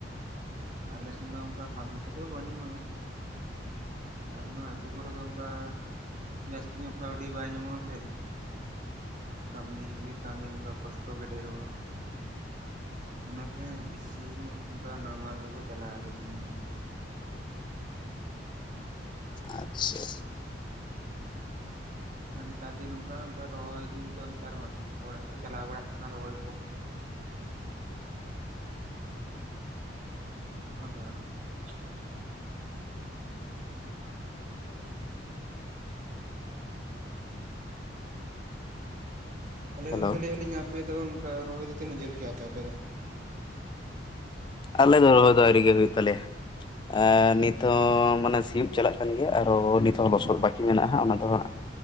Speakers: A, on the right; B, on the left.
A: ᱟᱞᱮ ᱥᱮᱱ ᱫᱚ ᱚᱱᱠᱟ ᱠᱟᱹᱢᱤ ᱠᱚᱫᱚ ᱵᱟᱹᱱᱩᱜᱼᱟ ᱾ ᱟᱨ ᱱᱚᱣᱟ ᱟᱹᱛᱩ ᱠᱚᱨᱮ ᱫᱚ ᱚᱱᱠᱟ ᱡᱟᱹᱥᱛᱤ ᱧᱚᱜ ᱠᱟᱹᱣᱰᱤ ᱵᱟᱭ ᱧᱟᱢᱚᱜᱼᱟ ᱥᱮ ᱾ ᱠᱟᱹᱢᱤ ᱜᱮ ᱠᱟᱹᱢᱤ ᱚᱱᱠᱟ ᱠᱚᱥᱴᱚ ᱜᱮ ᱰᱷᱮᱨᱚᱜᱼᱟ ᱾ ᱚᱱᱟᱛᱮ ᱦᱟᱸᱜ ᱵᱤᱥᱤ ᱧᱚᱜ ᱚᱱᱠᱟ ᱱᱟᱢᱟᱞ ᱜᱮᱠᱚ ᱪᱟᱞᱟᱜᱼᱟ ᱟᱞᱮ ᱥᱮᱱ ᱫᱚ ᱾
B: ᱟᱪᱪᱷᱟ ᱾
A: ᱱᱮ ᱱᱮᱛᱟᱨ ᱫᱤᱱ ᱱᱚᱝᱠᱟ ᱚᱱᱠᱟ ᱨᱚᱦᱚᱭ ᱫᱤᱱ ᱛᱚ ᱱᱮᱛᱟᱨ ᱢᱟ ᱦᱚᱲᱟᱜ ᱠᱚ ᱪᱟᱞᱟᱣ ᱵᱟᱲᱟᱜ ᱠᱟᱱᱟ ᱨᱚᱦᱚᱭ ᱠᱚ ᱾
B: <inaudible>
A: ᱚᱱᱮ ᱚᱱᱠᱟ ᱾ ᱛᱟᱦᱚᱞᱮ
B: ᱦᱮᱞᱳ
A: ᱜᱚᱝᱠᱮ ᱞᱟᱹᱭ ᱟᱹᱞᱤᱧ ᱟᱯᱮ ᱫᱚ ᱱᱚᱝᱠᱟ ᱨᱚᱦᱚᱭ ᱫᱚ ᱛᱤᱱᱟᱹᱜ ᱡᱷᱟᱹᱞ ᱠᱮᱜ-ᱟᱯᱮ ᱟᱯᱮ ᱫᱚ?
B: ᱟᱞᱮ ᱫᱚ ᱨᱚᱦᱚᱭ ᱫᱚ ᱟᱹᱣᱨᱤ ᱜᱮ ᱦᱩᱭᱩᱜ ᱛᱟᱞᱮᱭᱟ ᱾ ᱮᱸᱻ ᱱᱤᱛ ᱦᱚᱸ ᱢᱟᱱᱮ ᱥᱤᱭᱳᱜ ᱪᱟᱞᱟᱜ ᱠᱟᱱ ᱜᱮᱭᱟ ᱟᱨᱦᱚᱸ ᱱᱤᱛ ᱦᱚᱸ ᱞᱚᱥᱚᱫ ᱵᱟᱹᱠᱤ ᱢᱮᱱᱟᱜ-ᱟ ᱦᱟᱸᱜ ᱚᱱᱟ ᱫᱚ ᱦᱟᱸᱜ